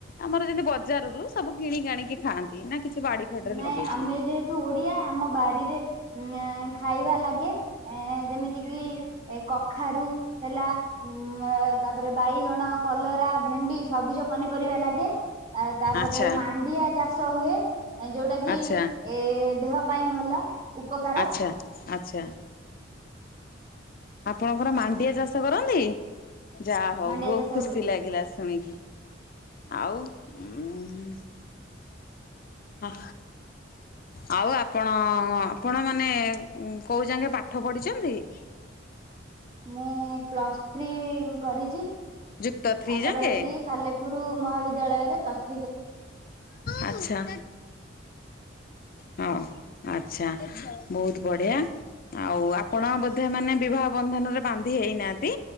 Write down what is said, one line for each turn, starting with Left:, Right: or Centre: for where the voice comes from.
Left: ଆମର ଯେମିତି ବଜାରରୁୁ ସବୁ କିଣି ଆଣିକି ଖାଆନ୍ତି ନା କିଛି ବାଡି ଫାଡିରେ
Right: ନାଇଁ
Left: ଲଗେଇଛନ୍ତି?
Right: ଆମେ ଯେହେତୁ ଓଡିଆ ଆମ ବାରିରେ ଏଁ ଖାଇବା ଲାଗି ଗେ ଯେମିତି କିି କଖାରୁ ହେଲା ଉଁ ତାପରେ ବାଇଗଣ କଲରା ଭେଣ୍ଡି ସବୁଜ ପନିପରିବା ଲାଗେ। ଆ ତାପରେ
Left: ଆଚ୍ଛା
Right: ମାଣ୍ଡିଆ ଚାଷ ହୁଏ। ଯୋଉଟା କିି
Left: ଆଚ୍ଛା
Right: ଏ ଦେହ ପାଇଁ ଭଲ। ଉପକାର
Left: ଆଚ୍ଛା ଆଚ୍ଛା। ଆପଣଙ୍କର ମାଣ୍ଡିଆ ଚାଷ କରନ୍ତି? ଯାହା ହଉ
Right: ମାଣ୍ଡିଆ
Left: ବହୁତ
Right: ଚାଷ
Left: ଖୁସି
Right: ହୁଏ।
Left: ଲାଗିଲା ଶୁଣିକି। ଆଉ ଉଁ ହ। ଆଉ ଆପଣ ଆପଣ ମାନେ କୋଉ ଯାଗେ ପାଠ ପଢିଛନ୍ତି? <inaudible>
Right: ମୁଁ ପ୍ଲସ୍ ଥ୍ରୀ କରିଛି
Left: ଯୁକ୍ତ ଥ୍ରୀ
Right: ଆମର
Left: ଯାଙ୍କେ?
Right: ଏଇଠି ସଲେ ପୁରୁ ମହାବିଦ୍ୟାଳୟରେ ପ୍ଲସ
Left: ଆଛା ହଉ। ଆଚ୍ଛା ବହୁତ ବଢ଼ିଆ। ଆଉ ଆପଣ ବୋଧେ ମାନେ ବିବାହ ବନ୍ଧନରେ ବାନ୍ଧି ହେଇନାହାନ୍ତି?